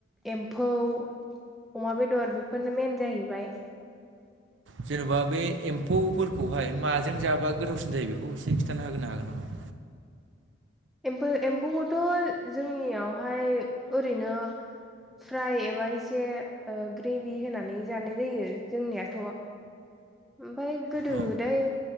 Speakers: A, in the centre; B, on the right (about 75°).
A: एम्फौ अमा बेदर बेफोरनो मेन जाहैबाय
B: जेन'बा बे एम्फौफोरखौहाय माजों जाबा गोदावसिन जायो बेखौ एसे खिन्थाना होनो हागोन नामा
A: एमफौ एम्फौखौथ' जोंनियावहाय ओरैनो फ्राय एबा एसे ओ ग्रेभि होनानै जानाय जायो जोंनियाथ' ओमफफ्राय गोदो
B: औ
A: गोदाय